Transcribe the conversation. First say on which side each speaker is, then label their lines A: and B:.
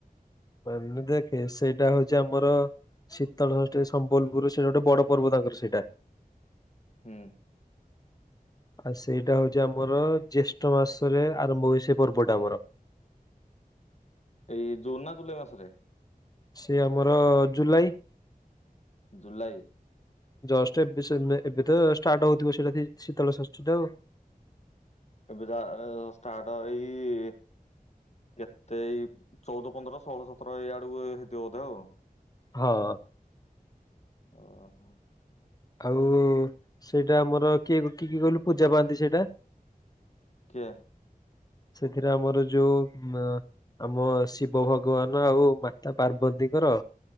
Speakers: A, on the left (about 25°); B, on the left (about 45°).
A: ମାନେ ଦେଖେ ସେଇଟା ହଉଛି ଆମର ଶୀତଳ ଷଷ୍ଠୀ ସମ୍ବଲପୁର ସେଟା ଗୋଟେ ବଡ ପର୍ବ ତାଙ୍କର ସେଇଟା।
B: ହୁଁ
A: ଆଉ ସେଇଟା ହଉଛି ଆମର ଜ୍ୟେଷ୍ଠ ମାସରେ ଆରମ୍ଭ ହୁଏ ସେ ପର୍ବଟା ଆମର।
B: ଏଇ ଜୁନ୍ ନା ଜୁଲାଇ ମାସରେ।
A: ସେ ଆମର ଜୁଲାଇ
B: ଜୁଲାଇ
A: ଜଷ୍ଟ୍ ଏବେ ଏବେ ତ ଷ୍ଟାର୍ଟ ହଉଥିବ ସେଟା ଶୀତଳ ଷଷ୍ଠୀ ଟା ଆଉ
B: ଏବେ ଯା ଷ୍ଟାର୍ଟ ଏଇ କେତେ ଏଇ ଚଉଦ ପନ୍ଦର ଷୋହଳ ସତର ଏଇଆଡକୁ ହେଇଥିବ ବୋଧେ ଆଉ
A: ହଁ
B: ଓହୋ
A: ଆଉ ସେଇଟା ଆମର କିଏ କିଏ କହିଲୁ ପୂଜା ପାଆନ୍ତି ସେଇଟା
B: କିଏ
A: ସେଥିରେ ଆମର ଯୋଉ ଉ ଆମ ଶିବ ଭଗବାନ ଆଉ ମାତା ପାର୍ବତୀଙ୍କର